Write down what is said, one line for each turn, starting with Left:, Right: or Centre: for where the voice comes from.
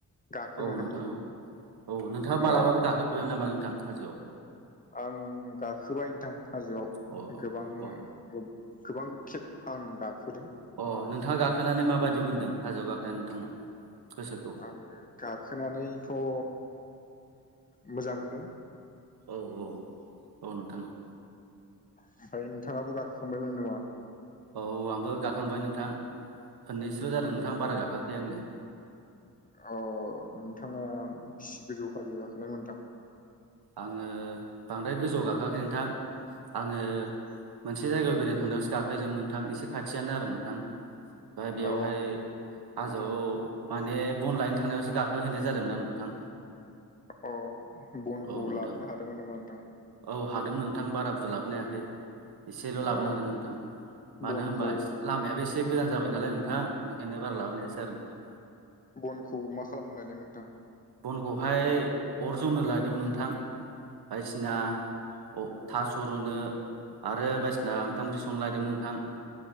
Left: गाखोनो
Right: औ
Left: हायो
Right: नोंथां औ-औ नोंथाङा
Left: ओ
Right: मालाबाबो गाखोफेरबाय नामा नोंथां हाजोआव?
Left: आं गाखोबाय नोंथां हाजोआव
Right: अ
Left: गोबां।
Right: अ
Left: गोबां खेब आं गाखोदों।
Right: अ नोंथाङा गाखोनानै माबायदि मोनदों हाजोआव गाखोनाय नोंथाङा? गोसोखौ
Left: आं गाखोनानैथ' ओ मोजां मोनदों।
Right: औ-औ-औ नोंथां औ।
Left: ओमफ्राय नोंथाङाबो गाखोखांबायमोन नामा?
Right: औ आंबो गाखांबाय नोंथां खोननैसोल' जादों नोंथां बारा गाखाखै आङो।
Left: अ नोंथाङा बिसि गोजौ हाजो जाखोनाय नोंथां?
Right: आङो बांद्राय गोजौआव गाखोआखै नोंथां। आङो मोनसे जायगायाव बेरायनो थांनायावसो गाखोदोंमोन। नोंथां एसे खाथियानो आरो नोंथां। ओफ्राय बेवहाय
Left: अ
Right: हाजोआव माने बन लायनो थांनायावसो गाखोहैनाय जादोंमोन आं नोंथां।
Left: अ बनखौ
Right: औ नोंथां
Left: लाबोनो हादोंमोन नामा नोंथां?
Right: औ हादों नोंथां बारा बुरजा लाबोनायाखै। एसेल' लाबोनो
Left: अ
Right: हादों नोंथां। मानो
Left: बनखौ
Right: होनबा लामायाबो एसे गोजान जाबाय नालाय नोंथां बेनिखायनो बारा लाबोनायासै आरो नोंथां।
Left: बनखौ मा खालाम लायनाय नोंथां?
Right: बनखौहाय अरजनो लादोंमोन नोंथां। बायदिसिना अ थास' रुनो आरो बायदिसिना ओंखाम ओंख्रि संनोलायदों नोंथां।